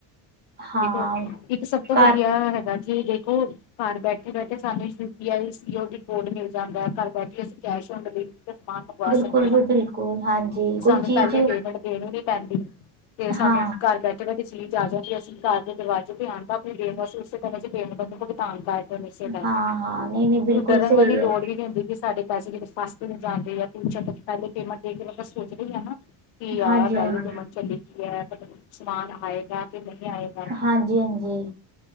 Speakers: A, on the right (about 20°); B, on the left (about 70°).
A: ਹਾਂ
B: ਦੇਖੋ ਇੱਕ ਸਭ ਤੋਂ ਵਧੀਆ
A: ਘਰ
B: ਹੈਗਾ ਜੀ ਦੇਖੋ। ਘਰ ਬੈਠੇ ਬੈਠੇ ਸਾਨੂੰ U P I COD code ਮਿਲ ਜਾਂਦਾ ਘਰ ਬੈਠੇ ਅਸੀਂ ਕੈਸ਼ ਆਨ ਡਿਲੀਵਰੀ ਸਮਾਨ ਮੰਗਵਾ
A: ਬਿਲਕੁਲ
B: ਸਕਦੇ ਹਾਂ।
A: ਵੀ ਬਿਲਕੁਲ ਹਾਂਜੀ ਕੋਈ
B: ਸਾਨੂੰ
A: ਚੀਜ਼
B: ਪਹਿਲੇ ਪੇਮੈਂਟ ਦੇਣੀ ਨਹੀਂ ਪੈਂਦੀ। ਤੇ ਸਾਨੂੰ
A: ਹਾਂ
B: ਘਰ ਬੈਠੇ ਬੈਠੇ ਚੀਜ਼ ਆ ਜਾਂਦੀ ਐ। ਘਰ ਦੇ ਦਰਵਾਜ਼ੇ ਤੇ ਆਉਣ ਦਾ ਫੇਰ <unintelligible> ਭੁਗਤਾਨ ਕਰ ਕਿਸੇ ਦਾ
A: ਹਾਂ ਹਾਂ ਨਹੀਂ ਨਹੀਂ ਬਿਲਕੁਲ
B: ਤਾਂ ਡਰਨ
A: ਸਹੀ
B: ਵਾਲੀ
A: ਹੈ
B: ਲੋੜ ਵੀ ਨਹੀਂ ਹੁੰਦੀ। ਵੀ ਸਾਡੇ ਪੈਸੇ ਕਿਤੇ ਫਸ ਤੇ ਨਹੀਂ ਜਾਂਦੇ ਆ ਜਾਂ ਪਹਿਲੇ ਪੇਮੈਂਟ ਦੇ ਕੇ ਆਪਾਂ ਸੋਚਦੇ ਹੀ ਆ ਨਾ। ਕੀ ਯਾਰ
A: ਹਾਂਜੀ
B: ਪਹਿਲੇ
A: ਹਾਂਜੀ
B: <inaudible> ਕੀ ਹੈ। ਮਤਲਬ ਸਮਾਨ ਆਏਗਾ ਕਿ ਨਹੀਂ। ਆਏਗਾ
A: ਹਾਂਜੀ-ਹਾਂਜੀ